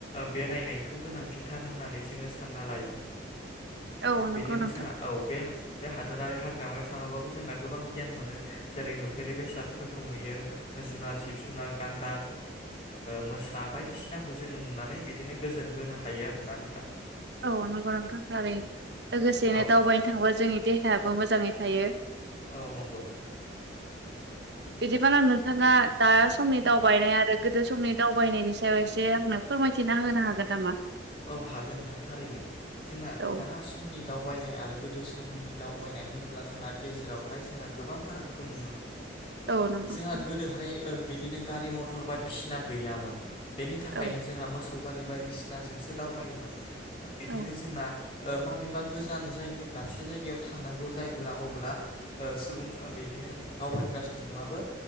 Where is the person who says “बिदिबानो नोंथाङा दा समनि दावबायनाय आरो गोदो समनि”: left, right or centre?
Right